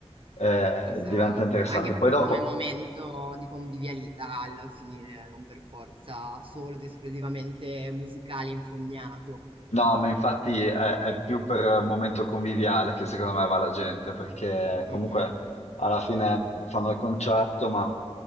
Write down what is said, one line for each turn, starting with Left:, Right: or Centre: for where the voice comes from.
Left: eh,
Right: Esatto,
Left: diventa interessante.
Right: anche proprio
Left: Poi dopo.
Right: come momento di convivialità alla fine, non per forza solo ed esclusivamente musicale infognato.
Left: No, ma infatti è, è più per momento conviviale che secondo me va la gente, perché
Right: Mm-mm.
Left: comunque alla fine fanno il concerto, ma